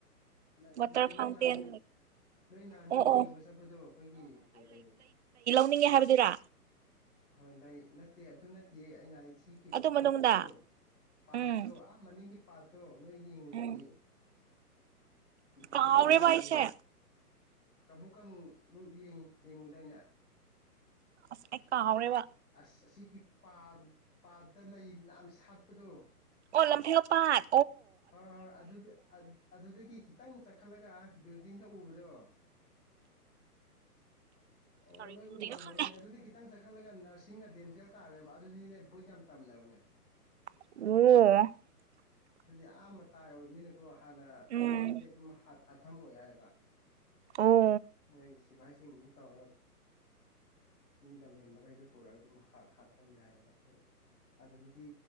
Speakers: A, on the left (about 65°); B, on the right (about 45°).
A: ꯑꯗꯨꯗꯤ
B: ꯋꯥꯇꯔ
A: ꯅꯣꯏꯅ
B: ꯐꯥꯎꯟꯇꯦꯟ
A: ꯑꯃꯨꯛ ꯅꯣꯏꯅ ꯑꯃꯨꯛ
B: ꯑꯣ
A: ꯌꯦꯡꯕ
B: ꯑꯣ
A: ꯆꯠꯄꯗꯣ ꯑꯩꯈꯣꯏꯒꯤ ꯀ
B: ꯍꯥꯏꯅꯤꯡꯉꯦ ꯍꯥꯏꯕꯗꯨꯔꯥ
A: ꯍꯣꯏ ꯂꯩ ꯅꯠꯇꯦ ꯑꯗꯨ ꯅꯠꯇꯦꯌꯦ ꯑꯩꯅ ꯁꯤꯒꯤ
B: ꯑꯗꯨ
A: ꯄꯥꯇꯣ
B: ꯃꯅꯨꯡꯗ
A: ꯄꯥꯠꯇꯣ
B: ꯎꯝ
A: ꯑ ꯃꯅꯤꯡꯒꯤ ꯄꯥꯣ ꯇꯣ ꯅꯣꯏ ꯌꯦꯡꯉꯨꯗꯨꯗꯤ
B: ꯎꯝ ꯀꯥꯎꯔꯦꯕ
A: ꯏ ꯄꯗꯌꯦ
B: ꯑꯩꯁꯦ
A: ꯀꯥꯡꯕꯨ ꯀꯥꯡ ꯌꯦꯡ ꯌꯦꯡꯉꯨꯗꯥꯏꯅ
B: ꯑꯁ ꯑꯩ ꯀꯥꯎꯔꯦꯕ
A: ꯑꯁ ꯑꯁꯤꯒꯤꯒꯤ ꯄꯥꯠ ꯄꯥꯠꯇ ꯂꯩꯅ ꯁꯥꯠꯄꯗꯣ
B: ꯑꯣꯂꯦꯝꯄꯤꯤꯣ ꯄꯁ
A: ꯍ ꯍ ꯑꯗꯨꯗꯤ ꯑꯗꯨꯗꯤ ꯀꯈꯤ ꯈꯤꯇꯪ ꯆꯈꯠꯂꯒ ꯕꯤꯜꯗꯤꯡꯒ ꯎꯕꯗꯣ ꯑꯣ
B: ꯀꯔꯤ
A: ꯅꯣꯏ
B: ꯄꯨꯗꯣꯏꯅꯣ
A: ꯎꯔꯝꯃꯔꯣꯏꯅꯦ
B: ꯈꯪꯗꯦ
A: ꯑꯗꯨꯗꯤ ꯈꯤꯇꯪ ꯆꯠꯈꯠꯂꯒ ꯅꯔꯁꯤꯡꯒ ꯗꯦꯟꯇꯦꯜ ꯇꯥꯔꯦꯕ ꯑꯗꯨꯗꯤꯅꯦ ꯕꯣꯏꯠ ꯌꯥꯝ ꯇꯝꯅꯕꯅꯦ
B: ꯎ
A: ꯁꯤꯗꯤ ꯑꯥꯝꯕ ꯇꯥꯏ ꯑꯣꯏꯕꯅꯤꯅꯀꯣ ꯍꯥꯟꯅ
B: ꯎꯝ
A: ꯃꯤꯁꯦ ꯑꯗꯨꯝ ꯍꯥ ꯊꯝꯃꯣꯏ ꯍꯥꯏꯕ
B: ꯑꯣ
A: ꯃꯣꯏ ꯁꯤꯐꯥꯏꯁꯤꯡ ꯑꯗꯨ ꯇꯧꯔꯒ ꯃꯤ ꯂꯝꯍꯦꯟꯕꯈꯩꯗꯣ ꯄꯨꯔꯛꯒ ꯑꯗꯨꯝ ꯍꯥꯠꯐꯝꯅꯦ ꯍꯥꯏꯕ ꯑꯗꯨ ꯑꯗꯨꯗꯗꯤ